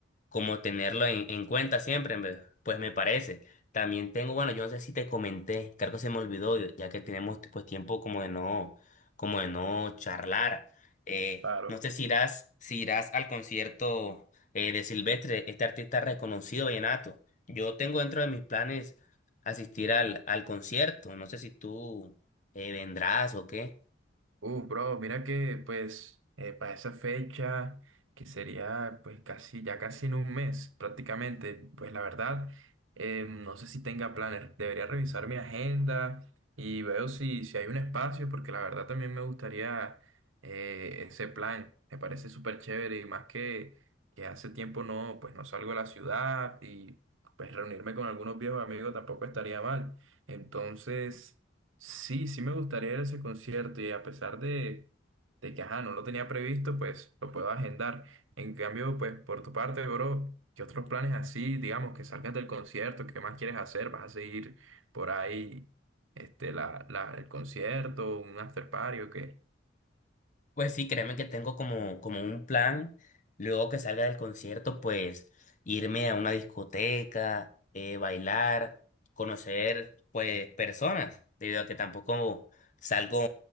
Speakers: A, on the left (about 40°); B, on the right (about 85°).
A: como tenerlo en, en cuenta siempre, en pues me parece. También tengo, bueno, yo no sé si te comenté, creo que se me olvidó, ya que tenemos pues tiempo como de no, como de no charlar. Eh,
B: Claro.
A: no sé si irás, si irás al concierto eh, de Silvestre, este artista reconocido vallenato. Yo tengo dentro de mis planes asistir al, al concierto. No sé si tú eh, vendrás o qué.
B: Uh, bro, mira que pues eh, para esa fecha, que sería pues casi, ya casi en un mes prácticamente, pues la verdad, eh, no sé si tenga planes, debería revisar mi agenda y veo si, si hay un espacio, porque la verdad también me gustaría eh, ese plan, me parece súper chévere y más que, que hace tiempo no, pues no salgo a la ciudad y pues reunirme con algunos viejos amigos tampoco estaría mal. Entonces... Sí, sí me gustaría ir a ese concierto y a pesar de, de que, ajá, no lo tenía previsto, pues lo puedo agendar. En cambio, pues por tu parte, bro, ¿qué otros planes así, digamos, que salgas del concierto, qué más quieres hacer? ¿Vas a seguir por ahí, este, la, la, el concierto, un after party o qué?
A: Pues sí, créeme que tengo como, como un plan, luego que salga del concierto, pues irme a una discoteca, eh, bailar, conocer pues personas, debido a que tampoco salgo